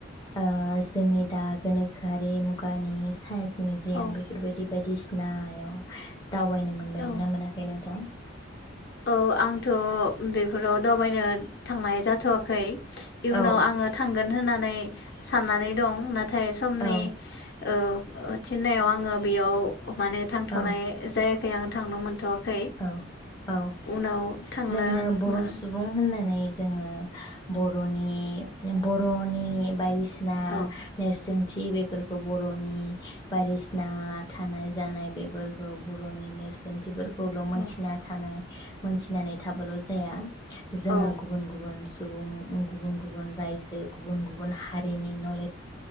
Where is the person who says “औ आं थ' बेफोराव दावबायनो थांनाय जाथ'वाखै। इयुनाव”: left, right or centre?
Left